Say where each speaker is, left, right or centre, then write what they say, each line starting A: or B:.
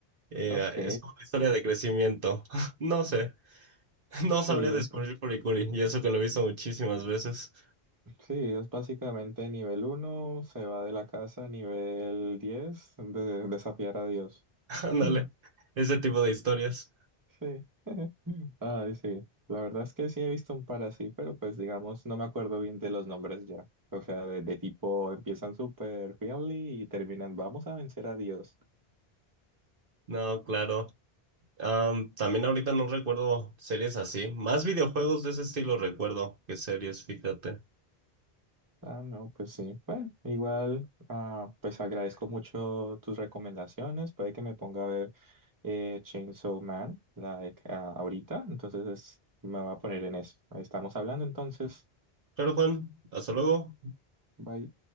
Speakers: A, on the right; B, on the right.
A: Eh,
B: Ok,
A: es como una historia de crecimiento. <laughs> No sé. <laughs> No
B: sí,
A: sabría descubrir Furikuri, y eso que lo he visto muchísimas veces.
B: sí, es básicamente nivel uno se va de la casa, nivel 10 de, desafiar a Dios.
A: <laughs> Ándale,
B: <laughs>
A: ese tipo de historias.
B: Sí. <laughs> Ay, sí. La verdad es que sí he visto un par así, pero pues digamos, no me acuerdo bien de los nombres ya. O sea, de, de tipo empiezan super friendly y terminan, vamos a vencer a Dios.
A: No, claro. Am, también ahorita no recuerdo series así. Más videojuegos de ese estilo recuerdo que series, fíjate.
B: Ah, no, pues sí. Bueno, igual, ah, pues agradezco mucho tus recomendaciones. Puede que me ponga a ver eh, Chainsaw Man, la de, ah, ahorita. Entonces es- me va a poner en eso. Estamos hablando entonces.
A: Claro, Juan, hasta luego.
B: Bye.